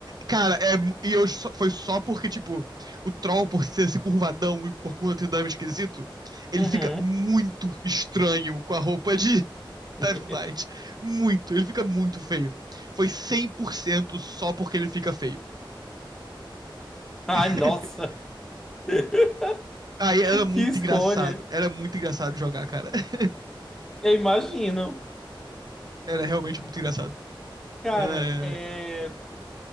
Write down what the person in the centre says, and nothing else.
Uhum.
<laughs>
Ai,
nossa. <laughs>
Que escolha.
Eu imagino.
Cara,
é